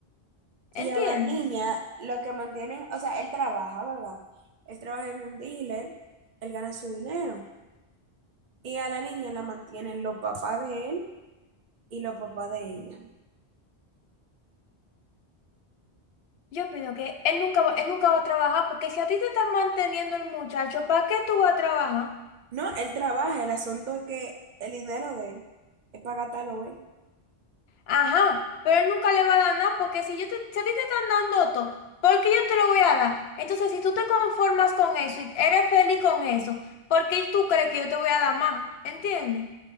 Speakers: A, on the left; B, on the right.
A: ¿Entiendes?
B: Y a la niña, lo que mantienen, o sea, él trabaja, ¿verdad? Él trabaja en un dealer, él gana su dinero. Y a la niña la mantienen los papás de él y los papás de ella.
A: Yo opino que él nunca va, él nunca va a trabajar porque si a ti te están manteniendo el muchacho, ¿para qué tú vas a trabajar?
B: No, él trabaja, el asunto es que el dinero de él es para gastarlo él.
A: Ajá, pero él nunca le va a dar nada porque si yo te, si a ti te están dando todo, ¿por qué yo te lo voy a dar? Entonces, si tú te conformas con eso y eres feliz con eso, ¿por qué tú crees que yo te voy a dar más? ¿Entiendes?